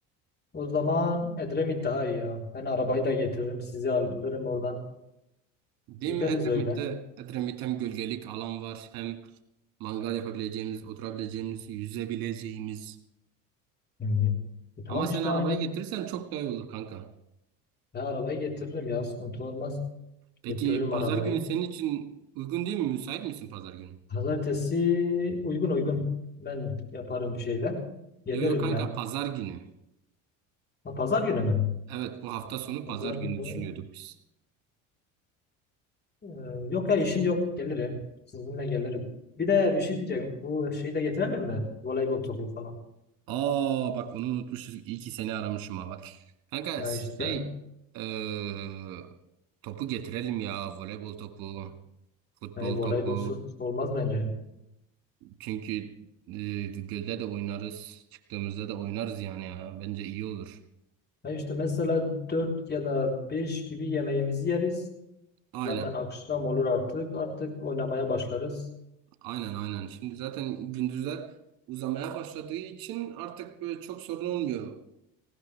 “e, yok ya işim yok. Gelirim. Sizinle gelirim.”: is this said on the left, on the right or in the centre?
Left